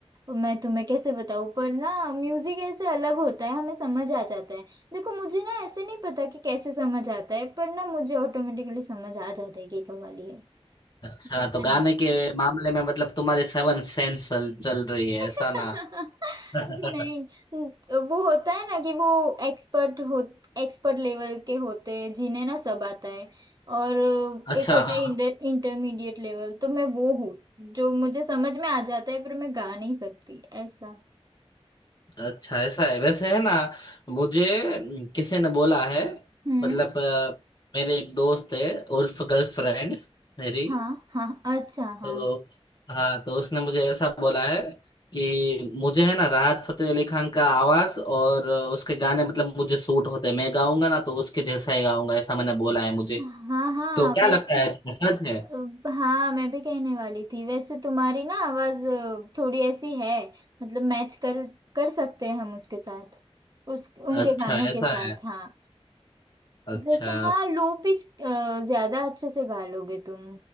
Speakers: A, on the right (about 35°); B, on the left (about 40°).
A: मैं तुम्हें कैसे बताऊँ पर ना म्यूजिक ऐसे अलग होता है हमें समझ आ जाता है देखो मुझे ना ऐसे नहीं पता कि कैसे समझ आता है पर ना मुझे ऑटोमेटिकली समझ आ जाता है कि ये कव्वाली है
B: अच्छा
A: पता
B: तो गाने
A: नहीं
B: के मामले में मतलब तुम्हारी सेवन सेंस चल, चल रही है
A: <laughs>
B: ऐसा ना <laughs>
A: नहीं तो वो होता है ना कि वो एक्सपर्ट हो एक्सपर्ट लेवल के होते हैं जिन्हें ना सब आता है और
B: अच्छा
A: एक होता
B: हाँ
A: है इंटर, इंटरमीडिएट लेवल तो मैं वो हूँ जो मुझे समझ में आ जाता है पर मैं गा नहीं सकती ऐसा
B: अच्छा ऐसा है वैसे है ना मुझे अम, किसी ने बोला है
A: हम्म
B: मतलब अ, मेरे एक दोस्त है उर्फ गर्लफ्रेंड मेरी
A: हाँ हाँ अच्छा हाँ
B: तो हाँ तो उसने मुझे ऐसा बोला है कि मुझे है ना राहत फतेह अली खान का आवाज और अ, उसके गाने मतलब मुझे सूट होते हैं मैं गाऊंगा ना तो उसके जैसा ही गाऊंगा ऐसा मैंने बोला है मुझे
A: हाँ हाँ
B: तो क्या
A: वैसे
B: लगता है तुम्हें सच है
A: अ, हाँ मैं भी कहने वाली थी वैसे तुम्हारी ना आवाज अ, थोड़ी ऐसी है मतलब मैच कर कर सकते हैं हम उसके साथ उस उनके
B: अच्छा
A: गानों
B: ऐसा
A: के साथ
B: है
A: हाँ
B: अच्छा
A: वैसे हाँ लो पिच ज्यादा अच्छे से गा लोगे तुम